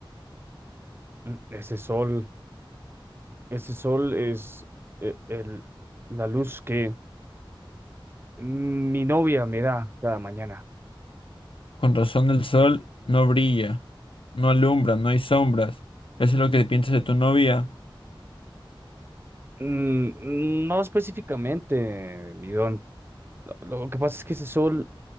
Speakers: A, on the right; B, on the left.
A: Mm, Ese sol, ese sol es eh, el, la luz que mm, mi novia me da cada mañana.
B: Con razón el sol no brilla, no alumbra, no hay sombras. ¿Eso es lo que piensas de tu novia?
A: Mm, No específicamente, mi don. Lo, lo que pasa es que ese sol